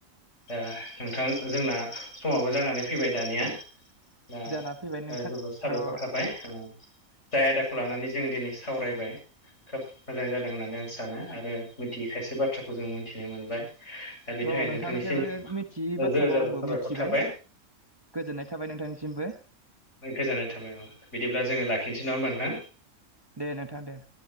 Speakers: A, on the left; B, on the right.
A: ओ नोंथां जोंना समावबो जानानै फैबाय दानिया ना
B: जाना फैबाय नोंथां
A: ओ जोबोद साबायखर
B: र'
A: थाबाय ओ जाय आयदाखौ लानानै जों दिनै सावरायबाय खोब मोजां जादों होननानै आं सानो आरो मिथियै खायसे बाथ्राखौ जों मिनथिनो मोनबाय। दा बेनि
B: औ
A: थाखाय नोंथांनिसिम
B: नोंथांनिफ्रायबो मिथियै
A: रोजा
B: बाथ्राखौ
A: रोजा
B: आंबो
A: साबायखर
B: मिनथिबाय।
A: थाबाय
B: गोजोननाय थाबाय नोंथांनिसिमबो
A: ओ गोजानाय थाबाय अ बिदिब्ला जोङो लाखिनिसै नङा होमबा नोंथां?
B: दे नोंथां दे।